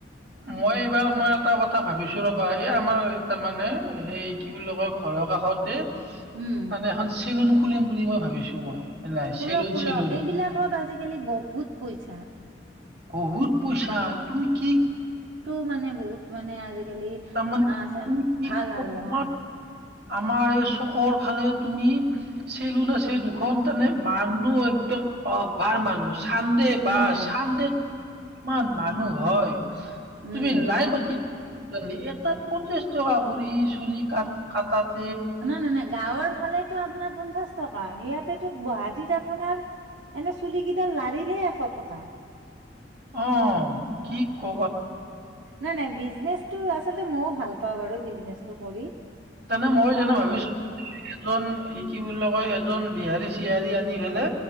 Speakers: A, on the right; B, on the right.
A: মই এইবাৰ মই এটা কথা ভাবিছোঁ ৰ'বা। এই আমাৰ তাৰমানে সেই কি বুলি কয়, ঘৰৰ কাষতে তাতে
B: উম
A: এখন চেলুন খুলিম বুলি মই ভাবিছোঁ মই। নাই
B: খোলক
A: চেলুন
B: - খোলক।
A: চেলুন
B: এইবিলাকত আজিকালি বহুত পইচা।
A: বহুত পইচা। তুমি কি
B: তো মানে বহুত মানে আজি গেলি
A: তাৰমানে
B: আ- চ-
A: তুমি কি
B: ভাল আৰু
A: তোমাৰ
B: অ'। উম।
A: আমাৰ এই চকৰ ফালে তুমি চেলুন আছে দুখন তানে মানুহ একদম অভাৰ মানুহ। চানডে
B: উম
A: বা চানডে কিমান মানুহ হয়।
B: উম
A: তুমি লাইন পাতি এটাত পঞ্চাশ টকা কৰি চুলি কাট কাতাত
B: নাই নাই নাই গাঁৱৰ ফালে টো আপোনাৰ পঞ্চাশ টকা ইয়াতে টো গুৱাহাটীত আপোনাৰ এনেই চুলি কেইডাল লাৰিলে এশ টকা।
A: অ কি কবা
B: নাই নাই বিজনেচটো আচলতে মইও ভাল পা বাৰু বিজনেচটো কৰি।
A: তেনে মই
B: অ
A: যেনে ভাবিছোঁ এজন এ কি বুলি কয় এজন বিহাৰী চিহাৰী আনি ফেলে